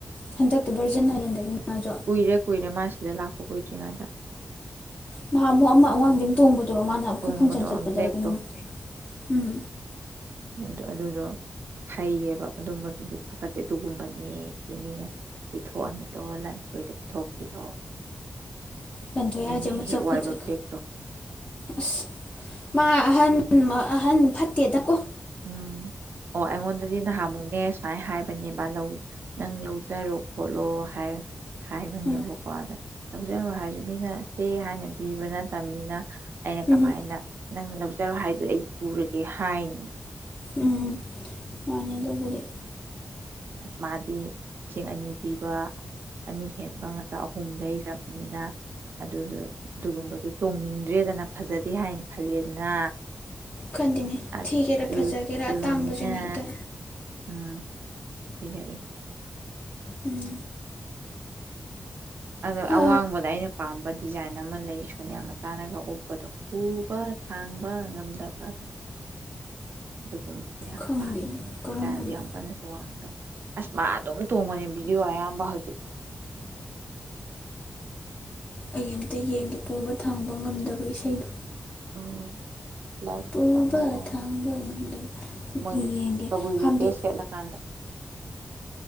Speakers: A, on the left; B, on the right.
A: ꯍꯟꯗꯛꯇ ꯚꯔꯖꯟ ꯑꯥꯏꯂꯦꯟꯗꯒꯤ ꯃꯥꯁꯨꯣ
B: ꯀꯨꯏꯔꯦ ꯀꯨꯏꯔꯦ ꯃꯥ ꯁꯤꯗ ꯂꯥꯛꯄ ꯀꯨꯏꯗ꯭ꯔꯤꯉꯩꯗ
A: ꯅꯍꯥꯃꯨꯛ ꯑꯃ ꯑꯋꯥꯡꯕ ꯑꯃ ꯇꯣꯡꯕꯗꯨꯔꯣ ꯃꯥꯅ ꯑꯩꯈꯣꯏ
B: ꯇꯣꯡꯕꯗꯣ
A: ꯐꯪꯁꯟ ꯆꯠꯄꯗꯔ
B: ꯕ꯭ꯂꯦꯛꯇꯣ
A: ꯀꯩꯅꯣꯝꯃ ꯎꯝ
B: ꯑꯗꯨ ꯑꯗꯨꯗꯣ ꯐꯩꯌꯦꯕ ꯑꯗꯨꯝꯕꯗꯨꯗꯤ ꯐꯒꯠꯇꯦ ꯑꯗꯨꯒꯨꯝꯕꯅꯦꯇꯦ ꯃꯤꯅ ꯄꯤꯊꯣꯛꯑꯝꯃꯤꯗꯣ ꯂꯟꯊꯣꯏꯗ ꯄꯤꯊꯣꯛꯈ꯭ꯔꯤꯗꯣ
A: ꯀꯟꯗꯣꯏ
B: ꯑꯩꯅ
A: ꯌꯥꯁꯦ
B: ꯍꯦꯛ
A: ꯃꯁꯛ
B: ꯍꯦꯛ ꯋꯥꯏꯕ
A: ꯐꯖꯩ
B: ꯕ꯭ꯂꯦꯛꯇꯣ
A: ꯑꯁ ꯃꯥ ꯑꯍꯟ ꯑꯍꯟ ꯐꯠꯇꯦꯗ ꯀꯣ
B: ꯎꯝ ꯑꯣ ꯑꯩꯉꯣꯟꯗꯗꯤ ꯅꯍꯥꯃꯨꯛꯅꯦ ꯁꯨꯃꯥꯏꯅ ꯍꯥꯏꯕꯅꯦꯕ ꯅꯪ ꯂꯧꯖꯔꯣ ꯈꯣꯠꯂꯣ ꯍꯥꯏ ꯍꯥꯏꯕꯅꯦꯕꯀꯣ
A: ꯎꯝ
B: ꯑꯗ ꯂꯧꯖꯅꯨ ꯍꯥꯏꯔꯁꯨ ꯃꯤꯅ ꯁꯦ ꯍꯥꯏꯅ ꯄꯤꯕ ꯅꯠꯇꯕꯅꯤꯅ ꯑꯩꯅ
A: ꯎꯝ
B: ꯀꯃꯥꯏꯅ ꯅꯪ ꯂꯧꯖꯔꯣ ꯍꯥꯏꯗꯨꯣ ꯑꯩ ꯄꯨꯔꯒꯦ ꯍꯥꯏꯅꯤ
A: ꯎꯝ ꯃꯥꯅꯤ ꯑꯗꯨꯕꯨꯗꯤ
B: ꯃꯥꯗꯤ ꯏꯁꯤꯡ ꯑꯅꯤ ꯄꯤꯕ ꯑꯅꯤ ꯍꯦꯟꯕ ꯉꯥꯛꯇ ꯑꯍꯨꯝ ꯂꯩꯈ꯭ꯔꯕꯅꯤꯅ ꯑꯗꯨꯗꯨ ꯑꯗꯨꯒꯨꯝꯕꯗꯨ ꯇꯣꯡꯅꯤꯡꯗ꯭ꯔꯦꯗꯅ ꯐꯖꯗꯦ ꯍꯥꯏꯅ ꯈꯜꯂꯦꯗꯅ
A: ꯈꯟꯗꯤꯅꯦ
B: ꯑꯗꯨꯗꯨꯅ
A: ꯊꯤꯒꯦꯔꯥ ꯐꯖꯒꯦꯔꯥ ꯑꯇꯥꯡꯕꯁꯤꯅ ꯍ‌ꯦꯛꯇ
B: ꯎꯝ ꯄꯤꯔꯛꯏ
A: ꯎꯝ
B: ꯑꯗꯣ
A: ꯍꯥ
B: ꯑꯋꯥꯡꯕꯗ ꯑꯩꯅ ꯄꯥꯝꯕ ꯗꯤꯖꯥꯏꯟ ꯑꯃ ꯂꯩ ꯁꯣꯅꯤꯌꯥ ꯃꯆꯥꯅꯒ ꯑꯣꯞꯄꯗꯣ ꯄꯨꯕ ꯊꯥꯡꯕ ꯉꯝꯗꯕ ꯑ ꯑꯗꯨꯒꯨꯝꯕꯗꯣ ꯌꯥꯝ
A: ꯈꯪꯗꯦꯅꯦ
B: ꯄꯥꯝꯃꯦ ꯑꯗꯨꯒꯥꯏꯗ
A: ꯀꯔꯝꯕꯅꯣ
B: ꯌꯥꯝ ꯀꯟꯅꯁꯨ ꯋꯥꯡꯗꯕ ꯑꯁꯃ ꯑꯗꯨꯝ ꯇꯣꯡꯉꯅꯤ ꯚꯤꯗꯤꯑꯣ ꯑꯌꯥꯝꯕ ꯍꯧꯖꯤꯛ
A: ꯑꯩ ꯑꯃꯝꯇ ꯌꯦꯡꯒꯦ ꯄꯨꯕ ꯊꯥꯡꯕ ꯉꯝꯗꯕ ꯏꯁꯩꯗꯣ
B: ꯑ ꯂꯥꯏꯛꯁꯤ
A: ꯄꯨꯕ
B: ꯇꯞꯅ ꯇꯣꯡꯕ
A: ꯊꯥꯡꯕ ꯉꯝꯗꯕ
B: ꯃꯣꯏꯒꯤ
A: ꯌꯦꯡꯒꯦ
B: ꯀꯕꯨꯏꯒꯤ
A: ꯍꯥꯏꯕꯗꯤ
B: ꯗ꯭ꯔꯦꯁ ꯁꯦꯠꯂꯀꯥꯟꯗ